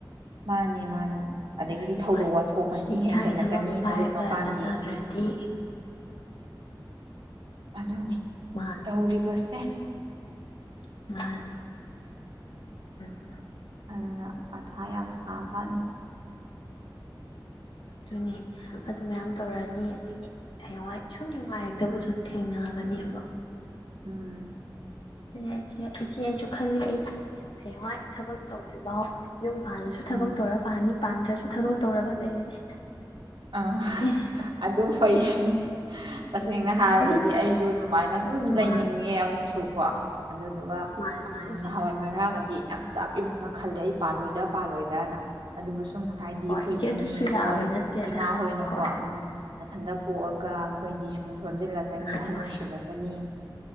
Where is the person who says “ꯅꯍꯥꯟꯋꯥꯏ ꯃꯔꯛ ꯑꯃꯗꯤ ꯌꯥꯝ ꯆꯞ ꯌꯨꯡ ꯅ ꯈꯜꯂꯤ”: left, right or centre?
Right